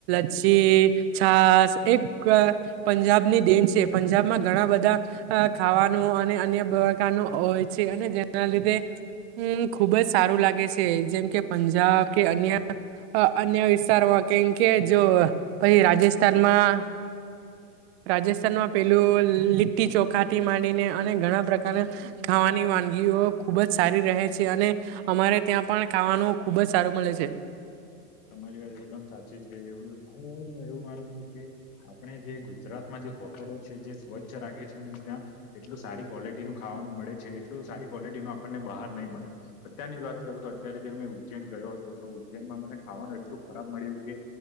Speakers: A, on the right; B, on the left.
A: છી છાસ એક પંજાબની દેન છે પંજાબમાં ઘણા બધા અ ખાવાનું અને અન્ય પ્રકારનું હોય છે અને જેના લીધે હમ ખુબ જ સારું લાગે છે જેમ કે પંજાબ કે અન્ય અન્ય વિસ્તારમાં કેમ કે જો પછી રાજસ્થાનમાં રાજસ્થાનમાં પેલું લીટટી ચોખાથી માંડીને અને ઘણા પ્રકારના ખાવાની વાનગી ખુબ જ સારી રહે છે અને અમારે ત્યાં પણ ખાવાનું ખુબ જ સારું મળે છે
B: તમારી વાત એકદમ સાચી છે હું હુંું એવું માનું છું કે આપણે જે ગુજરાતમાં જે હોટલો છે જે સ્વચ્છ રાખે છે ને ત્યા એટલું સારી ક્વોલિટી નું ખાવાનું મળે છે એટલું સારી ક્વોલિટી નું આપણને બહાર નહીં મળે અત્ય વાત કરું તો અત્યારે જે અમે ઉજ્જૈન ગયો હતો તો ઉજ્જૈનમાં મને ખાવાનું એટલું ખરાબ મળ્યું કે